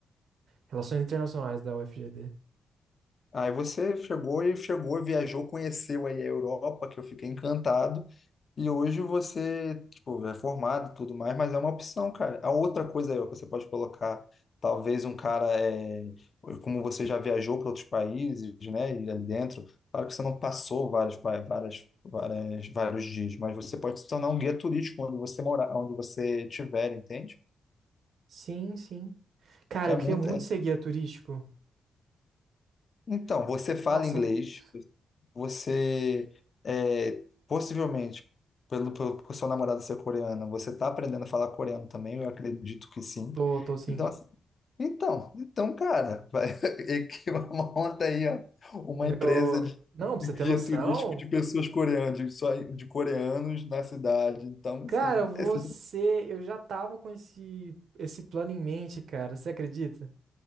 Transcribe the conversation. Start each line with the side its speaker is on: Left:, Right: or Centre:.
Right: Relações Internacionais da UFGD.
Left: Aí você chegou e chegou, viajou, conheceu aí a Europa, que eu fiquei encantado. E hoje você, tipo, é formado e tudo mais, mas é uma opção, cara. A outra coisa aí, ó, que você pode colocar, talvez um cara, é, como você já viajou para outros países, né, e ali dentro, claro que você não passou vários, pa- várias, várias, vários dias, mas você pode se tornar um guia turístico onde você morar, onde você estiver, entende?
Right: Sim, sim. Cara,
Left: É
Right: eu
Left: muito.
Right: queria muito
Left: é-
Right: ser guia turístico.
Left: Então, você fala
Right: Nossa,
Left: inglês,
Right: muito.
Left: você é, possivelmente, pelo, pelo por seu namorado ser coreano, você está aprendendo a falar coreano também, eu acredito que sim.
Right: Tô, tô sim.
Left: Então, assim, então, então, cara, vai, <laughs> e que monta aí, ó, uma
Right: Meu.
Left: empresa de
Right: Não, pra
Left: de
Right: você
Left: guia
Right: ter noção.
Left: turístico de pessoas coreanas, de, só, de coreanos na cidade. Então,
Right: Cara,
Left: assim,
Right: você.
Left: é assim,
Right: Eu já tava com esse, esse plano em mente, cara. Você acredita?